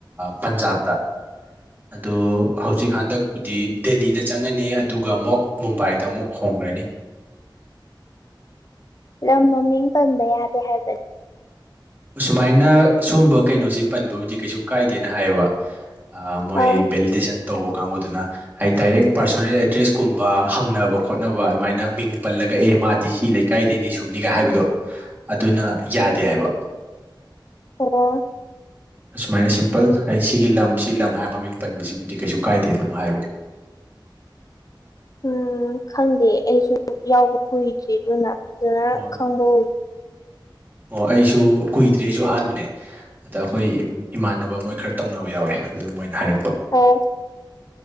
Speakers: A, on the right; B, on the left.
A: ꯄꯟꯖꯥꯕꯇ ꯑꯗꯣ ꯍꯧꯖꯤꯛ ꯍꯟꯗꯛꯄꯨꯗꯤ ꯗꯦꯜꯂꯤꯗ ꯆꯪꯉꯅꯤ ꯑꯗꯨꯒ ꯑꯃꯨꯛ ꯃꯨꯝꯕꯥꯏꯗ ꯑꯃꯨꯛ ꯍꯣꯡꯒ꯭ꯔꯅꯤ
B: ꯂꯝ ꯃꯃꯤꯡ ꯄꯟꯕ ꯌꯥꯗꯦ ꯍꯥꯏꯕꯅꯤ
A: ꯑꯁꯨꯃꯥꯏꯅ ꯁꯨꯝꯕ ꯀꯩꯅꯣꯁꯤ ꯄꯟꯕꯕꯨꯗꯤ ꯀꯩꯁꯨ ꯀꯥꯏꯗꯦꯅ ꯍꯥꯏꯌꯦꯕ ꯑ ꯃꯣꯏ
B: ꯑꯥ
A: ꯕꯦꯜꯗꯤꯁꯟ ꯇꯧꯕ ꯀꯥꯡꯕꯨꯗꯨꯅ ꯍꯥꯏꯗꯤ ꯗꯥꯏꯔꯦꯛ ꯄꯥꯔꯁꯣꯅꯦꯜ ꯑꯦꯗ꯭ꯔꯦꯁꯀꯨꯝꯕ ꯍꯪꯅꯕ ꯈꯣꯠꯅꯕ ꯑꯗꯨꯃꯥꯏꯅ ꯃꯤꯡ ꯄꯜꯂꯒ ꯑꯗꯨꯒ ꯑꯦ ꯃꯥꯗꯤ ꯁꯤ ꯂꯩꯀꯥꯏꯗꯅꯤ ꯁꯨꯝꯅꯤꯒ ꯍꯥꯏꯕꯗꯣ ꯑꯗꯨꯅ ꯌꯥꯗ ꯗꯦ ꯍꯥꯏꯕ
B: ꯑꯣ
A: ꯑꯁꯨꯃꯥꯏꯅ ꯁꯤꯝꯄꯜ ꯑꯩ ꯁꯤꯒꯤ ꯂꯝ ꯁꯤ ꯂꯝ ꯍꯥꯏꯔ ꯃꯃꯤꯡ ꯄꯟꯕꯁꯤꯕꯨꯗꯤ ꯀꯩꯁꯨ ꯀꯥꯏꯗꯦ ꯑꯗꯨꯝ ꯍꯥꯏꯕꯅꯦ <unintelligible>
B: ꯎꯝ ꯈꯪꯗꯦ ꯑꯩꯁꯨ ꯌꯥꯎꯕ ꯀꯨꯏꯗ꯭ꯔꯤ ꯑꯗꯨꯅ ꯑꯗꯨꯔ
A: ꯑꯣ
B: ꯈꯪꯕ ꯑꯣꯏ
A: ꯑꯣ ꯑꯩꯁꯨ ꯀꯨꯏꯗ꯭ꯔꯤ ꯑꯩꯁꯨ ꯑꯍꯥꯟꯕꯅꯦ ꯑꯗ ꯑꯩꯈꯣꯏ ꯏꯃꯥꯟꯅꯕ ꯃꯣꯏ ꯈꯔ ꯇꯧꯅꯕ ꯌꯥꯎꯋꯦ ꯑꯗꯨ ꯃꯣꯏꯅ ꯍꯥꯏꯔꯛꯄꯦ
B: ꯑꯣ